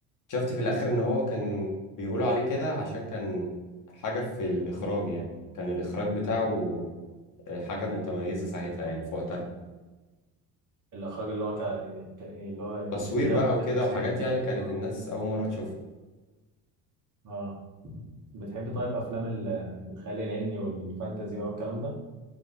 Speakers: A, on the left (about 45°); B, on the right (about 45°).
A: شفت في الاخر ان هو كان بيقولوا عليه كده عشان كان حاجة في الاخراج يعني كان الاخراج بتاعه آه، حاجة متميزة ساعتها يعني في وقتها
B: الإخراج اللي هو ك... ك... إيه اللي هو
A: تصوير
B: جودة
A: بقى وكده
B: المشاهد
A: وحاجات
B: دي.
A: يعني كانت
B: آه.
A: الناس اول مرة تشوفها
B: آه بتحب طيب أفلام ال- الخيال العلمي والفانتازي بقى والكلام ده